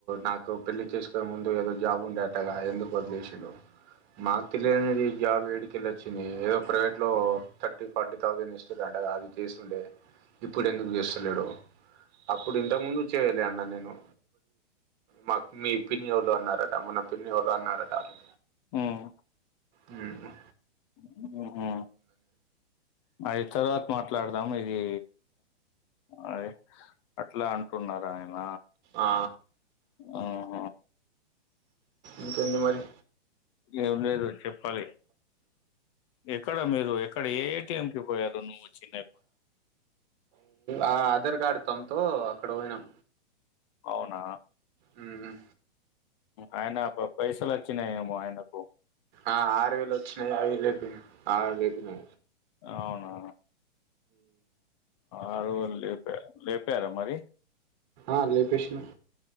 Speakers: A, on the right; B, on the left.
A: నాకు పెళ్లి చేసుకునే ముందు ఏదో జాబ్ ఉండే అటా గా ఎందుకు వదిలేసిండు. మాకు తెలియనేది జాబ్ ఏడికెళ్ళి వచ్చింది ఏదో ప్రైవేట్లో థర్టీ, ఫార్టీ థౌసండ్ ఇస్తురు. అట గా అది చేస్తుండే ఇప్పుడు ఎందుకు చేస్తలేడో అప్పుడు ఇంతకు ముందు చేయలే అన్న నేను మాకు మీ పిన్ని వొళ్ళు అన్నారట, మన పిన్ని వాళ్ళు అన్నారట అ
B: హ్మ్
A: హ్మ్ ఉ
B: హ్మ్ ఉ అయిదు తరువాత మాట్ మాట్లాడదాం అది అదే అట్లా అంటున్నారా ఆయన
A: ఆ
B: ఆహ
A: ఇంక ఎంది మరి
B: ఏమ్ లేదు చెప్పాలి. ఎక్కడ మీరు ఎక్కడ ఏ టెంపుల్ పోయారు. రెండు, మూడు, చిన్నవి
A: ఆధార్ కార్డు థంబ్ తో అక్కడ పోయినాం.
B: అవునా
A: హ్మ్ ఉ
B: ఆయన పైసలు వచ్చినాయేమో ఆయనకు
A: ఆ ఆరు వేలు వచ్చినాయి. <unintelligible> అయిపోయినాయి. ఆరువేలు ఇచ్చినా
B: అవునా ఆరువేలు లేప లేపార మరి
A: ఆ లేపేసినాం